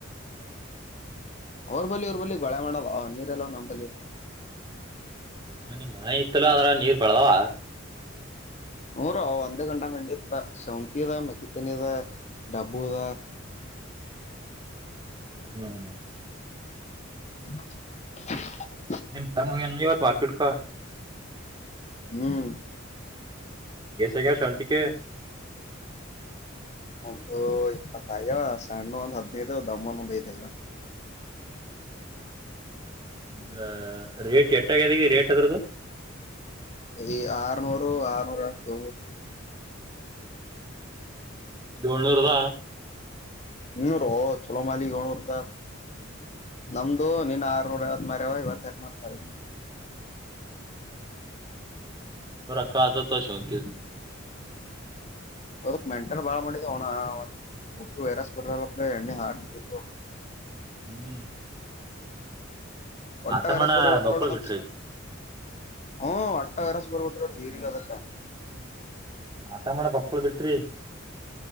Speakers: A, on the left; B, on the right.
A: ಅವ್ರ ಬಳಿ ಅವ್ರ ಬಳಿ ಗೋಳೆ ಮಾಡೋದ ನೀರೆಲ್ಲ ನಮ ಬಳಿ.
B: ಮನೆೆ ಬಳೆ ಇತ್ತಲ್ಲ ಅದ್ರ ನೀರ್ ಬಳದವ.
A: ಹೂರ ಒಂದು ಗಂಟ ಮಂಡಿತ್ತ ಶೌಂತಿ ಇದದ ಮಕ್ಕಿತನದ. ಡಾಬುದ.
B: ಹ್ಮ್.
A: <unintelligible>
B: ನಿಮ್ ತ ಮುನ್ನು ಇವತ್ತು ಮಾರ್ಕಿಡ್ಕ.
A: ಹ್ಮ್.
B: ಗಸಗ ಶಾಂತಿಕ.
A: ಒಂದು ಇಪ್ಪತ್ತೈ್ಯ ಸಣ್ಣ ಒಂದ್ ಹದ್ಿನೈದು ದಮ್ಮನ್ ಒಂದ್ ಐದೈಗ.
B: <unintelligible> ಅಂದ್ರ ರೇಟ್ ಎಟ್ಟಾಗ್ಯದ ರೇಟ್ ಅದ್ರದ್ದು.
A: ಈ ಆರನೂರು ಆರನೂರ ತಳ್ೂ.
B: ಏಳ್ನೂರದಾ.
A: ಇನ್ನೂರು ಚಲೋಮಾಲಿ ಒನೂರುದ. ನಮ್ದು ನೀನ್ ಆರ್ನೂರ ಐತ್ ಮಾರಾವ ಇವತ್ತಾಕ ಮಾಡ್ತಾರ.
B: ಹ್ಮ ಅ ಅಕ್ಕಾತ ಶಂತ.
A: ಒದು ಮೆಂಟ ಬಾಳ ಮಾಡಿ ಹನ. ಮರ್ತಿು ವೈರಾಸ ಪಡ್ರಲ್ಲಡ ಎ ಹಾ ದತ.
B: ಹ್ಮ್.
A: ಒಟ್ಟಟ್ಟಾ
B: ಆತಮಣ
A: ವ್ಯರಸ್ ಪರ ಒಟ್ಟಲು
B: ಬಕ್ಕುಳ
A: ಟಲ.
B: ಬಿಟ್ರಿ
A: ಹ್ಮ ಅಟ್ಟಗಾರಸ್ ಬರ್ಬಟ್ರ ತೀರಿಗ ಅದಕ್ಕ.
B: ಆತ ಮಾಡೇಡ್ಣ ಬಕ್ಕಕೊಳ್ ಬಿಟ್ರಿ.